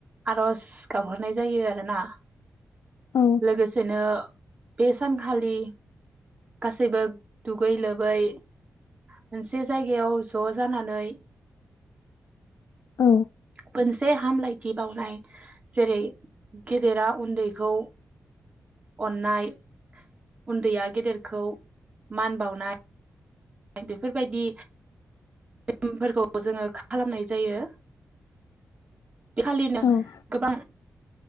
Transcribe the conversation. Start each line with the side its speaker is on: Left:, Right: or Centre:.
Right: आरज गाबहरनाय जायो आरोना
Left: औ
Right: लोगोसेनो बेे‌ सानखलि गासैबो दुगै लोबै मोनसे जायगायाव ज'जानानै
Left: औ
Right: खोनसे हामलाइ थि बावनाय जेरै गेदेरा उन्दैखौ अननाय उन्दैया गेदेरखौ मान बावनाय बेफोर बायदि नेमफोरखौ जोङो खालामनाय जायो। इखालिनो
Left: औ
Right: गोबां